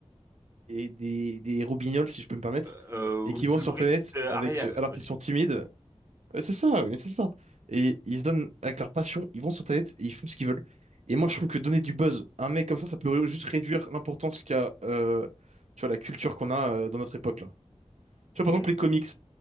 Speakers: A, on the right; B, on the right.
A: et des, des roubignoles, si je peux me permettre,
B: Euh, euh, ou
A: et qui
B: de
A: vont sur
B: l'orifice
A: Internet
B: euh,
A: avec,
B: arrière
A: euh, alors
B: aussi.
A: qu'ils sont timides, Ouais, C'est ça, oui, c'est ça. Et ils se donnent avec leur passion, ils vont sur Internet et ils font ce qu'ils veulent. Et moi, je trouve que donner du buzz à un mec comme ça, ça peut juste réduire l'importance qu'a, euh, tu vois, la culture qu'on a euh, dans notre époque, là. Tu vois,
B: Hmm.
A: par exemple, les comics.